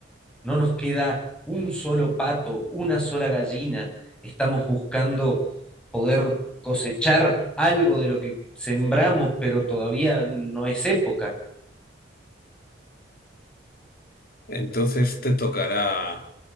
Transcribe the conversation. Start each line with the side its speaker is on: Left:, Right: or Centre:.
Centre: No nos queda un solo pato, una sola gallina. Estamos buscando poder cosechar algo de lo que sembramos, pero todavía no es época.
Left: Entonces te tocará...